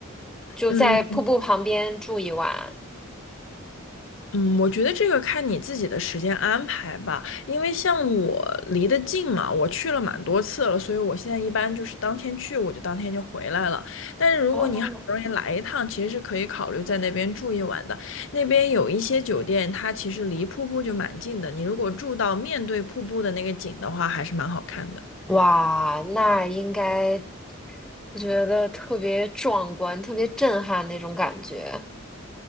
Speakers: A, in the centre; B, on the left (about 60°).
A: 就在瀑布旁边住一晚？
B: 嗯。嗯，我觉得这个看你自己的时间安排吧，因为像我离得近嘛，我去了蛮多次了，所以我现在一般就是当天去，我就当天就回来了。但是如果你好不容易来一趟，
A: 哦，
B: 其实是可以考虑在那边住一晚的。那边有一些酒店，它其实离瀑布就蛮近的，你如果住到面对瀑布的那个景的话，还是蛮好看的。
A: 哇，那应该，我觉得特别壮观，特别震撼那种感觉。